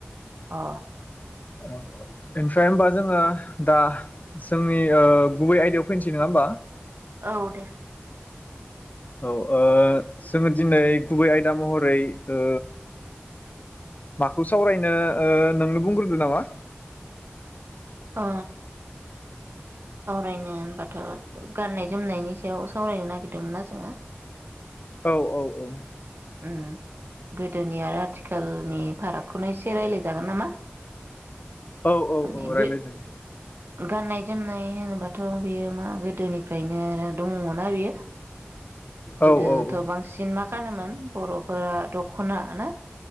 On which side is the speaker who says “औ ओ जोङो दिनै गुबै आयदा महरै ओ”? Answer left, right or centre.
Left